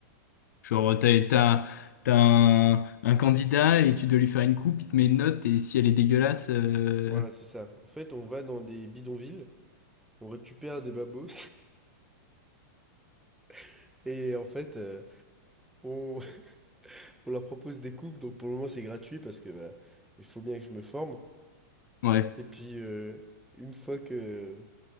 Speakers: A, on the left (about 75°); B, in the centre.
A: Genre, t'as, t'as, t'as un, un candidat et tu dois lui faire une coupe, il te met une note et si elle est dégueulasse, euh,
B: Voilà, c'est ça. En fait, on va dans des bidonvilles, on récupère des babos, <laughs> et en fait, euh, on, <laughs> on leur propose des coupes. Donc pour le moment, c'est gratuit parce que bah, il faut bien que je me forme.
A: ouais.
B: Et puis, euh, une fois que